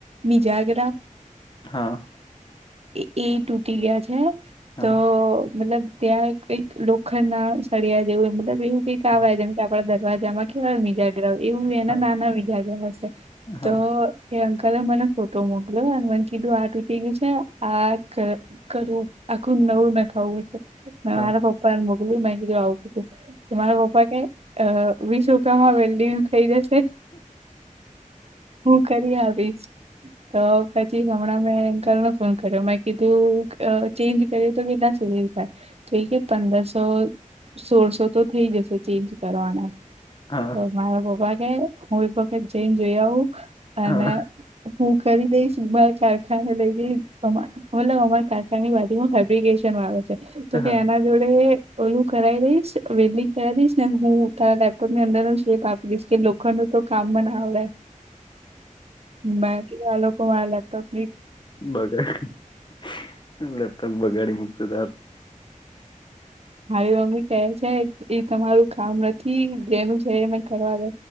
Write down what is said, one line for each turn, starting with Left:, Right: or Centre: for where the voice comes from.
Right: બીજાગરા.
Left: હા.
Right: એ-એ તૂટી ગયા છે,
Left: હા
Right: તો મતલબ ત્યાં કંઈક લોખંડ ના સળિયા જેવું મતલબ એવું <unintelligible>
Left: હા
Right: જેમ કે આપડા દરવાજામાં <unintelligible> એવું એના
Left: હા
Right: નાના <unintelligible> હશે તો
Left: હા
Right: તો એ અંકલે મને ફોટો મોકલ્યો અને ભન કીધું આ તૂટી ગયું છે. આ કર કરવું આખું નવું નખાવું મે
Left: હા
Right: મારા પપ્પા ને મોકલ્યું મે કીધું આવું કીધું. તો મારા પપ્પા કેય અહ વીસ રૂપિયામાં વેલ્ડિંગ થઇ જશે. હું કરી આવીશ, તો પછી હમણાં મેં <unintelligible> ફોન કર્યો મે કીધું આહ ચેન્જ કરીએ તો કેટલા સુધી તો ઈ કે પંદરસો, સોળસો તો થઈ જશે ચેન્જ કરવાના.
Left: હા
Right: તો મારા પપ્પા કે હું એક વખત જઈન જોઈ આવું. અને
Left: હા
Right: હું કરી દઈશ <unintelligible> કારખાને લઈ જઈ મતલબ અમારા કારખાના ની બાજુ માં ફેબ્રિકેશન વાળો છે તો કે
Left: હા
Right: એના જોડે ઓલું કરાવી દઈશ વેલ્ડિંગ કરાવ દઈશ ને હું તારા લેપટોપ ની અંદર નો શેપ આપી દઈશ કે લોખંડો તો કામ માં ના આવે મે કીધૂ આ લોકો મારા લેપટૉપ ની
Left: બગાડી લેપટોપ બગાડી મૂકશો તાર
Right: મારી મમ્મી કહે છેએ તમારું કામ નથી જેનું છે કરવા દ